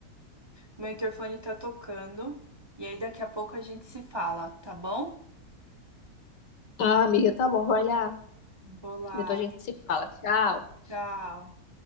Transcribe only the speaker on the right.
Meu interfone tá tocando. E aí daqui a pouco a gente se fala, tá bom?
Vou lá.
Tchau.